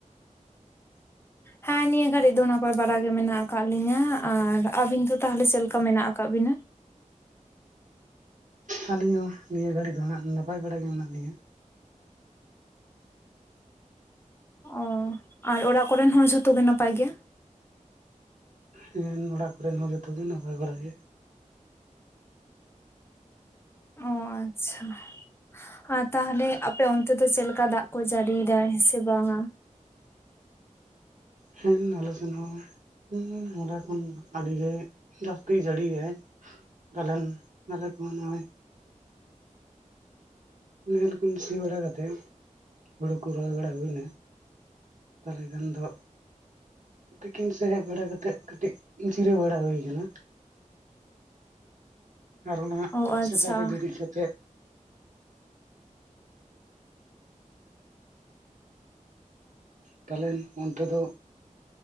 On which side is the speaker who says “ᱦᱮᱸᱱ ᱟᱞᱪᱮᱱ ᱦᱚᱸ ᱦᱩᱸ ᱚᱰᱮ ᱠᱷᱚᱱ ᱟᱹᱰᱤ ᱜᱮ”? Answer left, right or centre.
Right